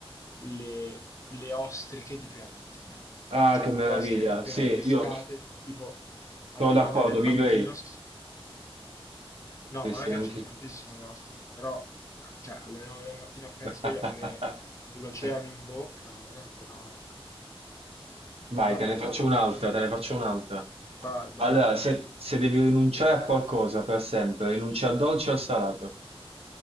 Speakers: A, on the left (about 30°); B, on the right (about 75°).
A: le, le ostriche di prima mattina,
B: Ah,
A: cioè
B: che meraviglia.
A: le ostriche appena
B: Sì,
A: pescate,
B: io
A: tipo
B: sono
A: alle
B: d'accordo,
A: 9 del mattino
B: vivrei.
A: si No,
B: Sì,
A: ma
B: sì,
A: a me piacciono
B: anche.
A: tantissimo le ostriche, però cioè, alle 9 del mattino appena
B: <laughs>
A: sveglio avere l'oceano in bocca, magari anche no, ecco.
B: Vai,
A: Vabbè,
B: te ne faccio un'altra,
A: vabbè.
B: te ne faccio un'altra.
A: Vai, bravo.
B: Allora, se, se devi rinunciare a qualcosa per sempre, rinuncia al dolce o al salato?